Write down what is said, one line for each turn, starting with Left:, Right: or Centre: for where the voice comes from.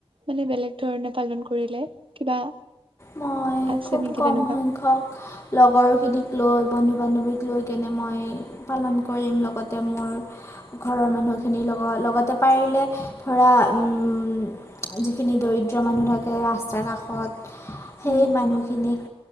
Right: মানে বেলেগ ধৰণে পালন কৰিলে কিবা
Left: মই
Right: আছে
Left: খুব
Right: নেকি
Left: কম
Right: তেনেকুৱা?
Left: সংখ্যক লগৰখিনিক লৈ বন্ধু বান্ধৱীক লৈ কেনে মই পালন কৰিম লগতে মোৰ ঘৰৰ মানুহখিনিৰ লগত লগতে পাৰিলে ধৰা যিখিনি যিখিনি দৰিদ্ৰ মানুহ থাকে ৰাস্তাৰ কাষত সেই
Right: উম,
Left: মানুহখিনিক